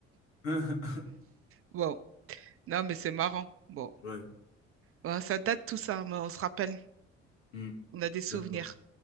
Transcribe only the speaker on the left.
hum. <laughs>
Ouais.
Hum.
D'accord.